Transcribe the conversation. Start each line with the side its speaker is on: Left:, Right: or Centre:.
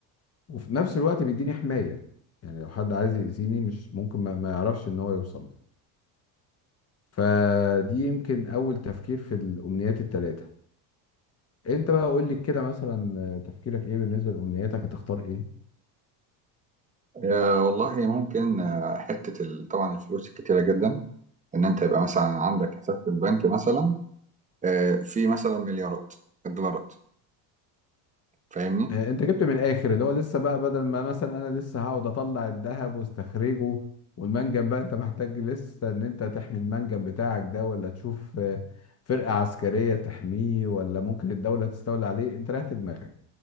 Left: وفي نفس الوقت بيديني حماية يعني لو حد عايز يأذيني مش ممكن ما ما يعرفش إن هو يوصل لي فدي يمكن أول تفكير في الأمنيات التلاتة أنت بقى قول لي كده مثلا آه، تفكيرك إيه بالنسبة لأمنياتك هتختار إيه؟
Right: يا والله ممكن آه، حته ال- طبعا الفلوس الكتيره جدا ان انت يبقى مثلا عندك حساب في البنك مثلا آه، في مثلا مليارات الدولارات فاهمني
Left: آه، انت جبت من الاخر اللي هو لسه بقى بدل ما مثلا انا لسه هقعد اطلع الذهب واستخرجه والمنجم بقى انت محتاج لسه ان انت تحمي المنجم بتاعك ده ولا تشوف آه، فرقة عسكرية تحميه ولا ممكن الدولة تستولي عليه انت ريحت دماغك